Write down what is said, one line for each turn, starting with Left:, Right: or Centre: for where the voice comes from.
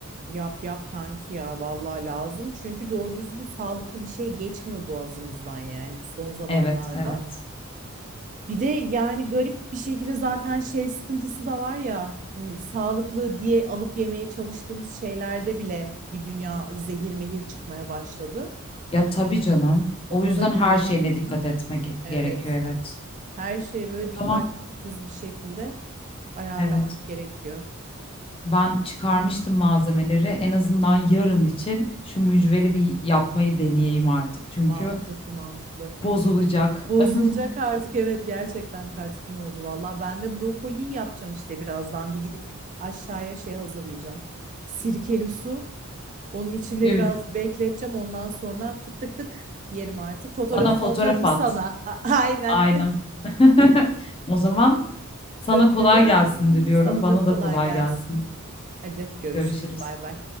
Right: Yap yap kanki ya vallahi lazım. Çünkü doğru düzgün sağlıklı bir şey geçmiyor boğazımızdan yani bu son zamanlarda.
Left: Evet, evet.
Right: Bir de yani garip bir şekilde zaten şey sıkıntısı da var ya. Hani sağlıklı diye alıp yemeye çalıştığımız şeylerde bile bir dünya zehir mehir çıkmaya başladı.
Left: Ya tabii canım.
Right: Ona
Left: O yüzden
Right: da güvenemiyorum.
Left: her şeyine dikkat etmek ge-
Right: Evet.
Left: gerekiyor evet.
Right: Her şeye böyle
Left: O zaman
Right: dikkatli titiz bir şekilde ayarlamak
Left: evet.
Right: gerekiyor.
Left: Ben çıkarmıştım malzemeleri. En azından yarın için şu mücveri bir yapmayı deneyeyim artık. Çünkü
Right: Mantıklı mantıklı.
Left: bozulacak.
Right: Bozulacak
Left: <laughs>
Right: artık evet gerçekten kaç gün oldu valla. Ben de brokoliyi yapacağım işte birazdan bir gidip aşağıya şey hazırlayacağım. Sirkeli su. Onun içinde
Left: Üf.
Right: biraz bekleteceğim ondan sonra tık tık tık yerim artık. Fotoğrafını
Left: Bana fotoğraf
Right: atarım
Left: at.
Right: sana. A- Aynen
Left: Aynen. <laughs> O zaman sana
Right: öpüyorum.
Left: kolay gelsin diliyorum.
Right: Sana
Left: Bana
Right: da
Left: da
Right: kolay
Left: kolay
Right: gelsin.
Left: gelsin.
Right: Hadi görüşürüz
Left: Görüşürüz.
Right: bay bay.